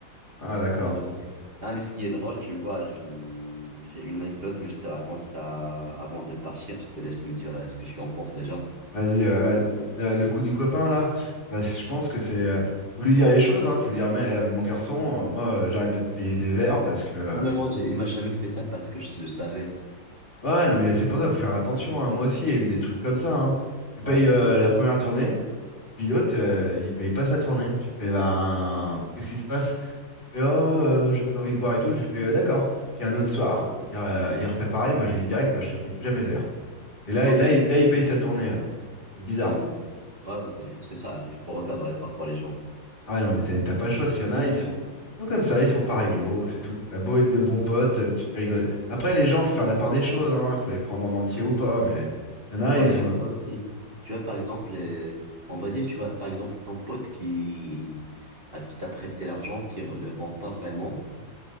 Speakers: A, on the left; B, on the right.
A: Ah, d'accord.
B: Et- Ah, mais ce qui est drôle, tu vois, je- j'ai une anecdote, mais je te raconte ça avant de partir. Je te laisse me dire euh, ce que tu en penses déjà.
A: Vas-y, euh, va- euh, le coup du copain, là, bah, je pense que c'est. euh, Faut lui dire les choses, hein. Faut dire, mais, euh, mon garçon, euh, moi, euh, j'arrête de te payer des verres parce que. euh,
B: Non, mais moi, j'ai- il m'a jamais fait ça parce que je le savais.
A: Ouais, ouais, non, mais c'est pour ça, faut faire attention, hein. Moi aussi, il y a eu des trucs comme ça, hein. Tu payes
B: Ouais.
A: euh, la première tournée, puis l'autre, euh, il paye pas sa tournée. Tu fais, ben, qu'est-ce qui se passe? Il fait, oh, euh, j'ai plus envie de boire et tout. Je lui fais, euh, d'accord. Puis un autre soir, il, euh, il refait pareil. Moi, je lui dis direct, bah, je te paye plus jamais de verre. Et là,
B: Non,
A: et là,
B: c'est
A: il, là, il paye sa tournée, là. C'est bizarre.
B: Hmm. Ouais, ouais, c'est c'est ça. Il faut recadrer parfois les gens.
A: Ah ouais, non, mais t'as t'as pas le choix, parce qu'il y en a, ils sont, ils sont comme ça, ils sont pas réglo, c'est tout. Ça a beau être de bons potes, tu peux rigoler. Après, les gens, faut faire la part des choses, hein. Faut les prendre en entier ou pas, mais il y
B: Et
A: en a,
B: Ouais,
A: ils sont...
B: il y a ça aussi. Tu vois, par exemple, les- on va dire, tu vois, par exemple, ton pote qui, à qui t'a prêté l'argent, qui re- le rend pas vraiment,